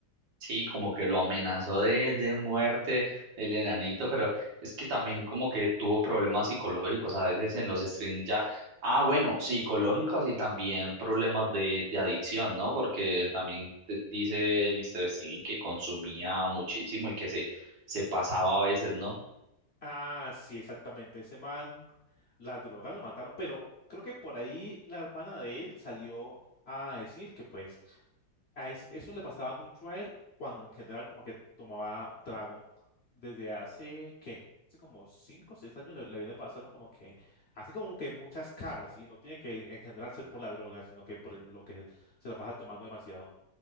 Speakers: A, on the right (about 85°); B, on the left (about 55°).
A: Sí, como que lo amenazó de, de muerte el enanito, pero es que también como que tuvo problemas psicológicos a veces en los streams ya. Ah, bueno, psicológicos y también problemas de, de adicción, ¿no? Porque también te- dice Mr. Steven que consumía muchísimo y que se, se pasaba a veces, ¿no?
B: Ah, sí, exactamente. Ese man, las drogas lo mataron, pero creo que por ahí la hermana de él salió a decir que pues a es- eso le pasaba mucho a él cuando en general como que tomaba trago desde hace, ¿qué? Hace como cinco o seis años le, le viene pasando como que hace como que muchas caras y no tiene que en general ser por la droga, sino que por el- lo que se la pasa tomando demasiado.